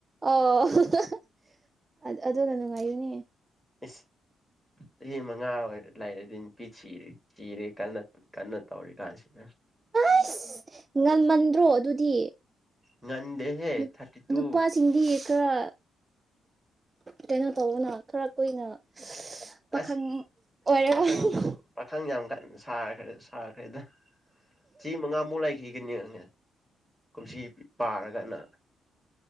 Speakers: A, on the right (about 30°); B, in the centre.
A: ꯑꯣ <unintelligible> ꯑ ꯑꯗꯨꯅ ꯅꯨꯡꯉꯥꯏꯒꯅꯤ
B: ꯏꯁ ꯆꯍꯤ ꯃꯉꯥ ꯑꯣꯏꯔ ꯂꯩꯔꯗꯤ ꯅꯨꯄꯤ ꯊꯤꯔꯦ ꯊꯤꯔꯒꯦ ꯈꯟꯅ ꯀꯟꯅ ꯇꯧꯔꯤ ꯀꯥꯟꯁꯤꯗ
A: ꯑꯩꯁ ꯉꯟꯃꯟꯗ꯭ꯔꯣ ꯑꯗꯨꯗꯤ
B: ꯉꯟꯗꯦꯍꯦ
A: ꯅꯨꯞ
B: ꯊꯥꯔꯇꯤ ꯇꯨ
A: ꯅꯨꯄꯥꯁꯤꯡꯗꯤ ꯈꯔ ꯀꯩꯅꯣ ꯇꯧꯕꯅ ꯈꯔ ꯀꯨꯏꯅ ꯄꯥꯈꯪ
B: ꯑꯁ
A: ꯑꯣꯏꯔꯔꯣꯢ
B: ꯄꯥꯈꯪ
A: <unintelligible>
B: ꯄꯥꯈꯪ ꯌꯥꯝ ꯀꯟ ꯁꯥꯈ꯭ꯔꯦ ꯁꯥꯈ꯭ꯔꯦꯗ ꯆꯍꯤ ꯃꯉꯥꯃꯨꯛ ꯂꯩꯈꯤꯒꯅꯤꯉꯦ ꯀꯨꯝꯁꯤ ꯄꯥꯔꯒꯅ